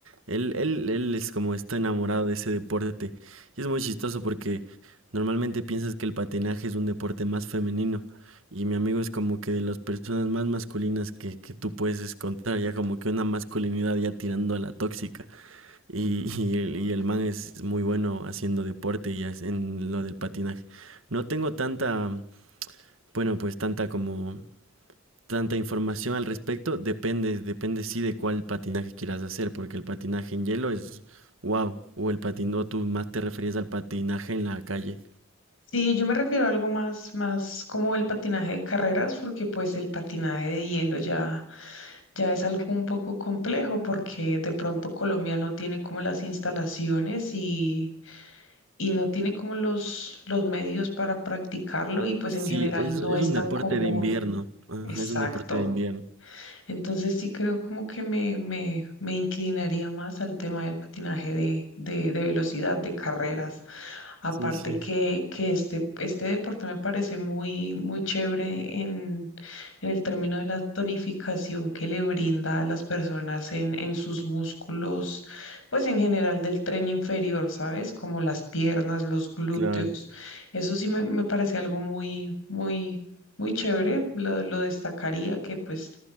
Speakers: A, on the right; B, on the left.
A: Él, él, él es como está enamorado de ese deporte. Y es muy chistoso porque normalmente piensas que el patinaje es un deporte más femenino. Y mi amigo es como que de las personas más masculinas que, que tú puedes encontrar, ya como que una masculinidad ya tirando a la tóxica. Y, <laughs> y el, y el man es muy bueno haciendo deporte y hace- en lo del patinaje. No tengo tanta, bueno, pues tanta como tanta información al respecto, depende, depende sí de cuál patinaje quieras hacer, porque el patinaje en hielo es wow, o el patin, o tú más te referías al patinaje en la calle.
B: Sí, yo me refiero a algo más, más como el patinaje de carreras, porque pues el patinaje de hielo ya ya es algo un poco complejo porque de pronto Colombia no tiene como las instalaciones y, y no tiene como los, los medios para practicarlo y pues
A: Sí,
B: en general
A: es, es
B: no es
A: un
B: tan
A: deporte
B: común.
A: de invierno. Ajá,
B: Exacto.
A: es un deporte de invierno.
B: Entonces sí creo como que me, me, me inclinaría más al tema del patinaje de, de, de velocidad, de carreras. Aparte
A: Sí, sí.
B: que, que este, este deporte me parece muy, muy chévere en, en el término de la tonificación que le brinda a las personas en, en sus músculos, pues en general del tren inferior, ¿sabes? Como las piernas, los glúteos.
A: Claro.
B: Eso sí me, me parece algo muy, muy, muy chévere. Lo, lo destacaría que pues